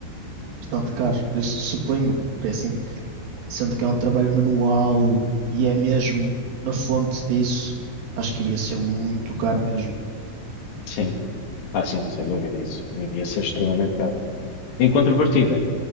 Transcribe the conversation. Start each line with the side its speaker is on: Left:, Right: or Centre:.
Right: Bastante caro. Eu su- suponho,
Left: Uhum.
Right: porque assim, sendo que é um trabalho manual e é mesmo na fonte disso, acho que iria ser muito caro mesmo.
Left: Sim, ah, sim, sem dúvida isso. Iria ser extremamente caro. Em contrapartida,